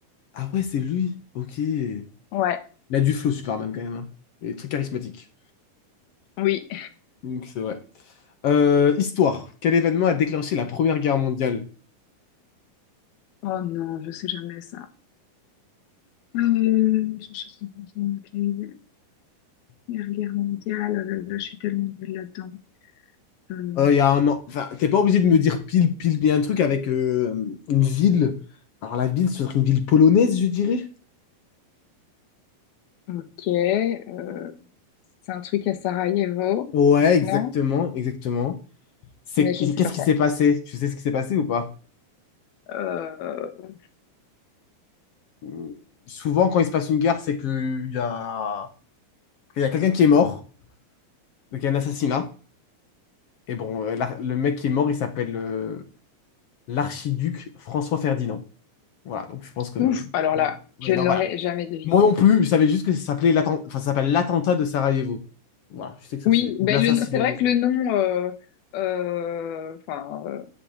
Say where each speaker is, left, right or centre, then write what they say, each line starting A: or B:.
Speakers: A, on the left; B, on the left.
A: Ah ouais, c'est lui. Ok. Il
B: Ouais,
A: a du flow, Superman, quand même. hein. Il est très charismatique.
B: oui.
A: Donc, c'est vrai. Euh, histoire. Quel événement a déclenché la Première Guerre mondiale?
B: Oh non, je sais jamais ça. Euh, je- je- je- je- ok. Première guerre mondiale, oh là là, je suis tellement nulle là-dedans. Euh,
A: Euh, Il y a un an. Enfin, t'es pas obligé de me dire pile, pile. Il y a un truc avec euh, une ville. Alors, la ville, ce serait une ville polonaise, je dirais.
B: Ok, euh, c'est un truc à Sarajevo,
A: Ouais, exactement,
B: non?
A: exactement. C'est
B: Mais je
A: qu'est-ce
B: ne sais pas quoi.
A: qui s'est passé? Tu sais ce qui s'est passé ou pas?
B: Euh,
A: Euh, Souvent, quand il se passe une guerre, c'est qu'il y a, il y a quelqu'un qui est mort, donc il y a un assassinat. Et bon, euh, l'ar- le mec qui est mort, il s'appelle euh, l'archiduc François Ferdinand. Voilà, donc je pense que.
B: ouf, alors là,
A: Ouais,
B: je
A: non,
B: ne l'aurais
A: voilà.
B: jamais deviné.
A: Moi non plus, je savais juste que ça s'appelait l'atten- enfin, ça s'appelle l'attentat de Sarajevo. Voilà, je sais que ça
B: Oui,
A: c'est.
B: ben
A: Ou l'assassinat
B: le, c'est vrai
A: de.
B: que le nom euh, euh, enfin, euh,